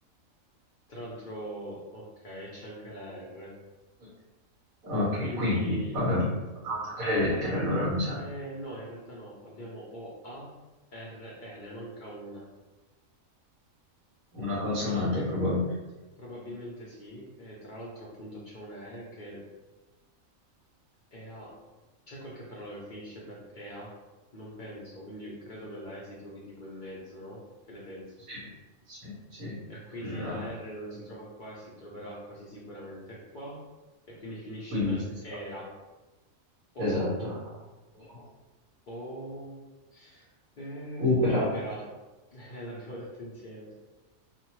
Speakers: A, on the left; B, on the right.
A: Tra l'altro, ok, c'è anche la R.
B: Ok. Ok,
A: Quindi,
B: quindi, vabbè, abbiamo, abbiamo tutte le lettere allora, mi sa.
A: eh, no, in realtà no. Abbiamo O, A, R, E, ne manca una.
B: Una consonante
A: Sappiamo,
B: probabilmente.
A: probabilmente sì. E tra l'altro, appunto, c'è una E che è A. C'è qualche parola che finisce per EA? Non penso, quindi credo che la E si trovi tipo in mezzo, no? Che ne pensi?
B: Sì, sì, sì.
A: e quindi
B: Ra.
A: la R non si trova qua e si troverà quasi sicuramente qua e quindi finisce
B: Quindi
A: per
B: ci sarà
A: era
B: una.
A: o
B: Esatto. O-
A: o eh,
B: Opera.
A: opera.
B: opera. Opera.
A: <laughs> Eh, L'abbiamo detto insieme.